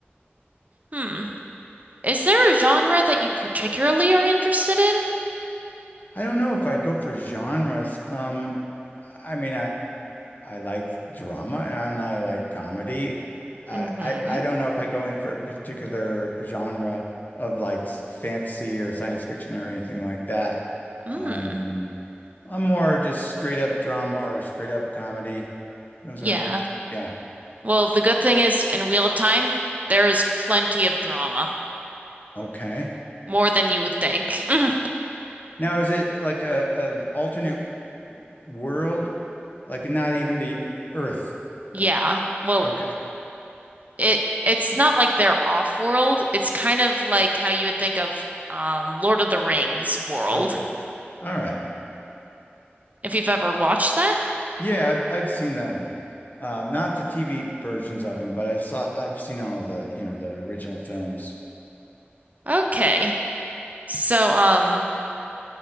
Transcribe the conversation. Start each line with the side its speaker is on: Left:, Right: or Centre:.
Right: Hmm. Is there a genre that you particularly are interested in?
Left: I don't know if I go for genres. Um, I mean, I I like drama and I like comedy. I,
Right: Mm-hmm.
Left: I I don't know if I go in for a particular genre of like s- fantasy or science fiction or anything like that.
Right: Mm,
Left: Um, I'm more just straight up drama or straight up comedy. Those
Right: yeah.
Left: are, yeah,
Right: Well, the good thing is in Wheel of Time, there is plenty of drama,
Left: okay.
Right: more than you would think. <laughs> <clears throat>
Left: Now, is it like a, a alternate world? Like not even the uh, Earth?
Right: Yeah. Well,
Left: Okay,
Right: it it's not like they're off-world. It's kind of like how you would think of um Lord of the Rings world,
Left: okay, all right.
Right: if you've ever watched that.
Left: Yeah, I've I've seen them. Um, not the TV versions of them, but I saw I've seen all the, you know, the original films.
Right: Okay. So, um,